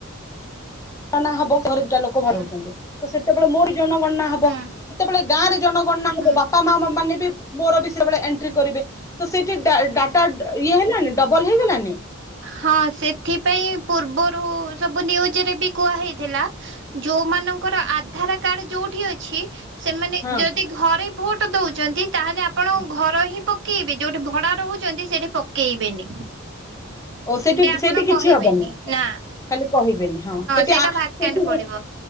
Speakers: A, on the left (about 15°); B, on the right (about 60°).
A: ନା ହବ ଘରେ ଦୁଟା ଲୋକ <unintelligible>
B: ହୁଁ
A: ହଉଛନ୍ତି। ତ ସେତେବେଳେ ମୋରି ଜନଗଣନା ହବ।
B: ହୁଁ
A: ସେତେବେଳେ ଗାଁ ରେ ଜନଗଣନା
B: ହୁଁ
A: ହବ ବାପା
B: ହୁଁ
A: ମା ମାନେ ବି ମୋର ବି ସେବେଳେ ଏଣ୍ଟ୍ରି କରିବେ ତ ସେଇଠି ଡା ଡାଟା ଇଏ ହେଲାନି ଡବଲ ହେଇଗଲାନି।
B: ହଁ ସେଥିପାଇଁ ପୂର୍ବରୁ ସବୁ ନିୟୁଜରେ ବି କୁହା ହେଇଥିଲା ଯୋଉମାନଙ୍କର ଆଧାର କାଡ ଯୋଉଠି ଅଛି ସେମାନେ
A: ହଁ
B: ଯଦି ଘରେ ଭୋଟ ଦଉଛନ୍ତି ତାହେଲେ ଆପଣ
A: ହୁଁ।
B: ଘର ହିଁ ପକେଇବେ ଯୋଉଠି ଭଡା ରହୁଛନ୍ତି ସେଠି ପକେଇବେନି।
A: ଓଃ ସେଠି
B: ଆପଣ
A: ସେଇଠି କିଛି
B: କହିବେନି
A: ହବନି। ତାହେଲେ
B: ନା
A: କହିବେନି ହଁ ସେଠି
B: ସେଇଟା
A: ଆ ସେଠି
B: ଭାକାଣ୍ଟ ପଡିବ